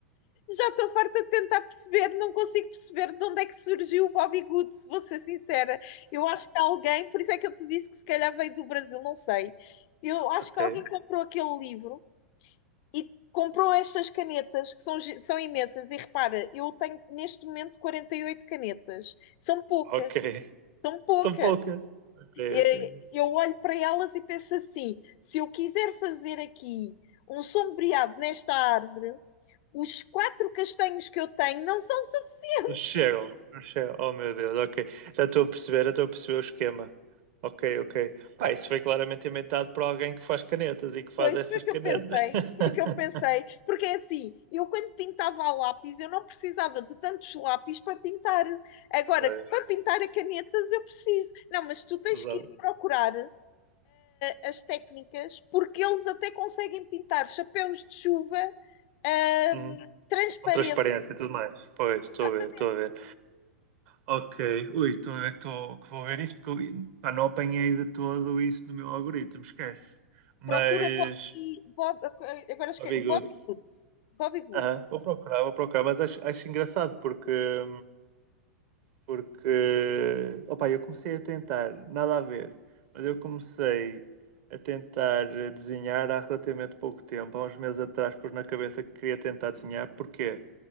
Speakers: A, on the left (about 50°); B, on the right (about 55°).
A: Já estou farta de tentar perceber, não consigo perceber de onde é que surgiu o Bobby Good, se vou ser sincera. Eu acho que alguém, por isso é que eu te disse que se calhar veio do Brasil, não sei. Eu acho
B: Ok.
A: que alguém comprou aquele livro e comprou estas canetas, que são, gi- são imensas. E repara, eu tenho neste momento 48 canetas. São poucas,
B: Ok.
A: são poucas.
B: São poucas. Ok,
A: E
B: ok.
A: Eu olho para elas e penso assim: se eu quiser fazer aqui um sombreado nesta árvore os quatro castanhos que eu tenho não são suficientes.
B: Não chegam, não chegam. Oh meu Deus, ok. Já estou a perceber, já estou a perceber o esquema. Ok, ok. Pá, isso foi claramente inventado por alguém que faz canetas e que faz
A: Pois
B: essas
A: foi o que
B: canetas.
A: eu pensei,
B: <laughs>
A: foi o que eu pensei, porque é assim, eu quando pintava a lápis, eu não precisava de tantos lápis para pintar. Agora,
B: Pois,
A: para pintar a canetas eu preciso. Não, mas tu tens
B: usava.
A: que ir procurar uh, as técnicas, porque eles até conseguem pintar chapéus de chuva um,
B: Uhum.
A: transparente,
B: Com transparência e tudo mais. Pois, estou
A: exatamente.
B: a ver, estou a ver. Ok, ui, estou a ver que, estou- que vou ver isso porque eu, pá, não apanhei de todo isso no meu algoritmo, esquece. Mas,
A: Procura Bobby, Bob, agora esqueci,
B: ó, Bigude,
A: Bobby Woods. Bobby Woods.
B: ah, vou procurar, vou procurar, mas acho, acho engraçado porque. Porque, opa, eu comecei a tentar, nada a ver, mas eu comecei a tentar desenhar há relativamente pouco tempo. Há uns meses atrás pus na cabeça que queria tentar desenhar. Porquê?